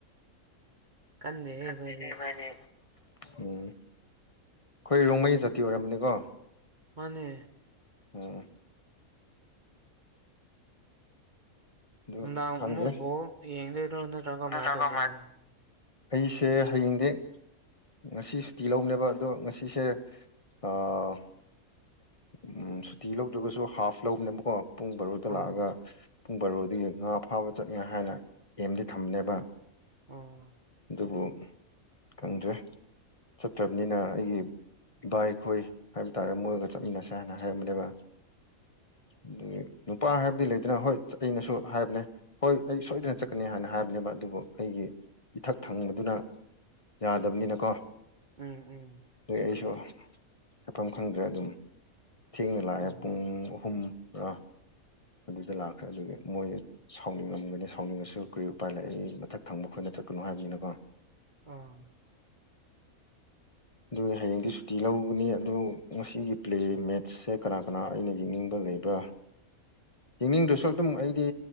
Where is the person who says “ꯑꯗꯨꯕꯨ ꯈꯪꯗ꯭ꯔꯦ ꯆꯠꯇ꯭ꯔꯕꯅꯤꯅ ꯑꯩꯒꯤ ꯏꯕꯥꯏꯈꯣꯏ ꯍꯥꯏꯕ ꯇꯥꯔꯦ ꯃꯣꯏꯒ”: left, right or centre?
Left